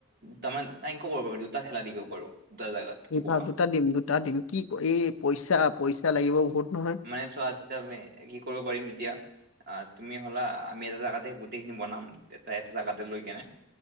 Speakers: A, on the right (about 50°); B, on the left (about 75°).
A: তামান তেংকো কৰিব পাৰিম দুটা খেলা দিব পাৰো কি
B: দুটা
A: কোৱা
B: দুটা টিম দুটা টিম কি এই পইচা পইচা লাগিব বহুত নহয়।
A: মানে চোৱা তেতিয়া তুমি কি কৰিব পাৰিম এতিয়া আ তুমি হ'লা আমি এটা জেগাতে গোটেইখিনি বনাম এটা এটা জাগাতে লৈ কেনে।